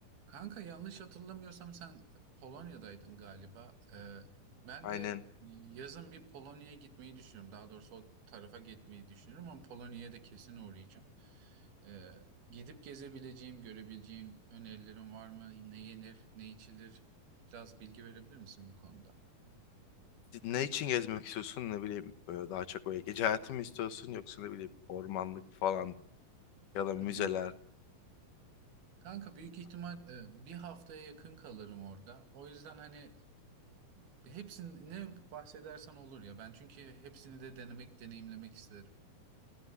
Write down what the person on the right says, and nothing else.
Kanka yanlış hatırlamıyorsam sen Polonya'daydın galiba. Ee, ben
de yazın bir Polonya'ya gitmeyi düşünüyorum. Daha doğrusu o tarafa gitmeyi düşünüyorum ama Polonya'ya da kesin uğrayacağım. Ee, gidip gezebileceğim, görebileceğim önerilerin var mı? Ne yenir, ne içilir? Biraz bilgi verebilir misin bu konuda?
Hı hı. Kanka büyük ihtimal e, bir haftaya yakın kalırım orada. O yüzden hani hepsini bahsedersen olur ya. Ben çünkü hepsini de denemek, deneyimlemek isterim.